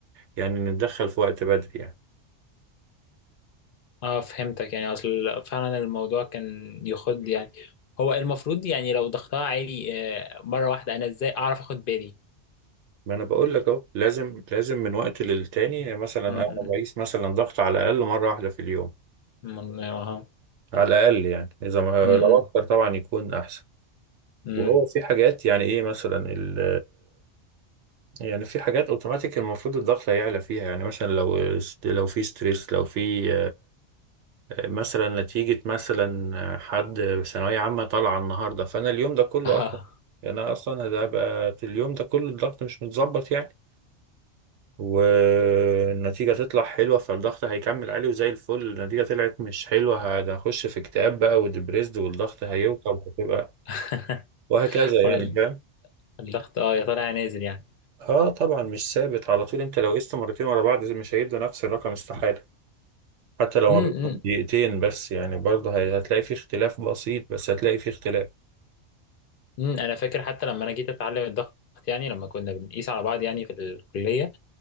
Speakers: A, on the right (about 75°); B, on the left (about 60°).
A: يعني نتدخل في وقت بدري يعني
B: اه فهمتك يعني اصل فعلا الموضوع كان يخد يعني هو المفروض يعني لو ضغطها عالي آه، مرة واحدة انا ازاي اعرف اخد بالي
A: ما أنا بقول لك أهو لازم لازم من وقت للتاني مثلا أنا
B: امم
A: بقيس مثلا ضغط على الأقل مرة واحدة في اليوم
B: امم اه
A: على الأقل يعني إذا ما
B: امم
A: لو أكتر طبعا يكون أحسن
B: امم
A: وهو في حاجات يعني ايه مثلا ال يعني في حاجات اوتوماتيك المفروض الضغط هيعلى فيها يعني مثلا لو لو في ستريس لو في مثلا نتيجة مثلا حد ثانوية عامة طالعة النهاردة فأنا اليوم ده كله
B: اه
A: أصلا يعني أنا أصلا هبقى في اليوم ده كله الضغط مش متظبط يعني والنتيجة تطلع حلوة فالضغط هيكمل عالي وزي الفل النتيجة طلعت مش حلوة هنخش في اكتئاب بقى وديبريسد والضغط هيوطى وهتبقى
B: <laughs>
A: وهكذا
B: ولا
A: يعني فاهم
B: الضغط اه يا طالع يا نازل يعني
A: اه طبعا مش ثابت على طول انت لو قست مرتين ورا بعض مش هيدوا نفس الرقم استحالة حتى لو
B: امم
A: ما بينهم دقيقتين بس يعني برضه هي- هتلاقي في اختلاف بسيط بس هتلاقي في اختلاف
B: امم انا فاكر حتى لما انا جيت اتعلم الضغط يعني لما كنا بنقيس على بعض يعني في الكليه